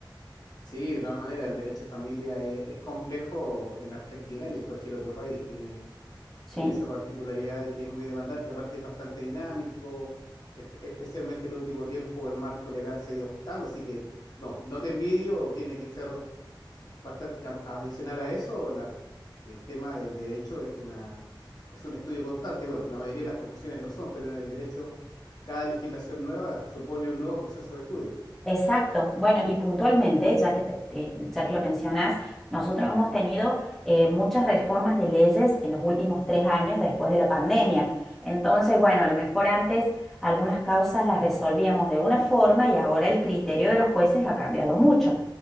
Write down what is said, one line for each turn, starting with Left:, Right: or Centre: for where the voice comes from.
Left: Sí, de todas maneras, el derecho de familia es, es complejo en Argentina y en cualquier otro país. Tiene
Centre: Sí.
Left: tiene esa particularidad de que es muy demandante, aparte es bastante dinámico, espe- especialmente el último tiempo el marco legal se ha ido ajustando, así que no, no te envidio, tiene que ser bastante a- adicional a eso, la- el tema del derecho es una, es un estudio constante, bueno, la mayoría de las profesiones lo son, pero en el derecho cada legislación nueva supone un nuevo proceso de estudio.
Centre: Exacto. Bueno, y puntualmente, ya que, te- eh, ya que lo mencionas, nosotros hemos tenido eh, muchas reformas de leyes en los últimos tres años después de la pandemia. Entonces, bueno, a lo mejor antes algunas causas las resolvíamos de una forma y ahora el criterio de los jueces ha cambiado mucho.